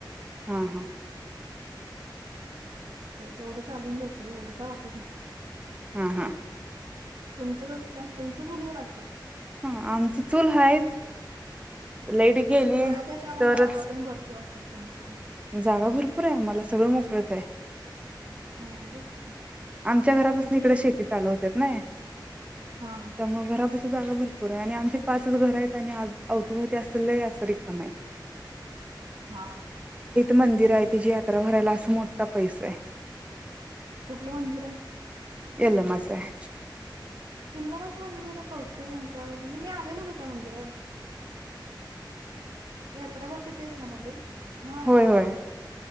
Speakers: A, on the right; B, on the right.
A: हा हा
B: ते तेवढं चालून जाते एवढं काय वाटत नाही
A: हा हा
B: तुमचं कस काय तुमच चुलीवर अस
A: हा आमची चूल हाय लाईट
B: तेच
A: गेली
B: की मळ्यात आहे त्यामुळे
A: तरच,
B: जागा पण भरपूर असेल तुमची तुमचीच
A: जागा भरपूर आहे आम्हाला सगळं मोकळच आहे.
B: हा तेच की
A: आमच्या घरापासून
B: तसं
A: इकडे
B: इथ
A: शेती चालू होत्यात नाय
B: हा हा
A: त्यामुळे
B: हा
A: घरापशी जागा भरपूर आहे आणि आमचे पाच घर आहेत आणि आ अवतीभवती असल असं रिकम य
B: हा
A: मंदिर आहे तिची यात्रा भरायला असं मोठा पैस ये.
B: कुठलं मंदिर आहे?
A: यल्लमा च अय.
B: यल्लमाचं मंदिर कवटे मंंगळ म्हणजे मी आलेलो का त्या मंदिरात यात्रा भरता तेच ना मंदिर? हा
A: होय होय